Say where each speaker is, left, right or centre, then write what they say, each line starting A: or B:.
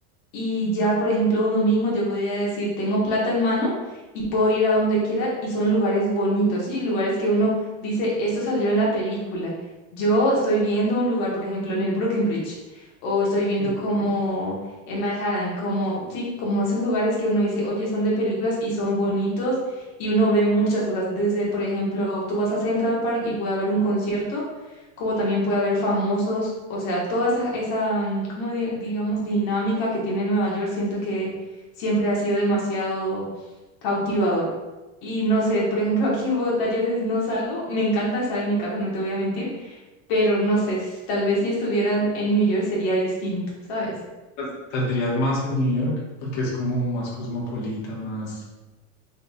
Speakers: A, on the left (about 45°); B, on the left (about 60°).
A: y ya, por ejemplo, un domingo yo podría decir, tengo plata en mano y puedo ir a donde quiera y son lugares bonitos, ¿sí? Lugares que uno dice, esto salió en la película. Yo estoy viendo un lugar, por ejemplo, en el Brooklyn Bridge o estoy viendo
B: sí, sí,
A: como
B: ¿no?
A: en Manhattan, como, sí, como esos lugares que uno dice, oye, son de películas y son bonitos y uno ve muchas cosas. Desde, por ejemplo, tú vas a Central Park y puede haber un concierto como también puede haber famosos, o sea, toda esa, esa mm, como di- digamos, dinámica que tiene Nueva York, siento que siempre ha sido demasiado cautivador. Y no sé, por ejemplo, <laughs> aquí en Bogotá yo a veces no salgo, me encanta estar en mi casa, no te voy a mentir, pero no sé, s- tal vez si estuviera en New York sería distinto, ¿sabes?
B: Pues, Saldrías más en New York porque es como más cosmopolita, más...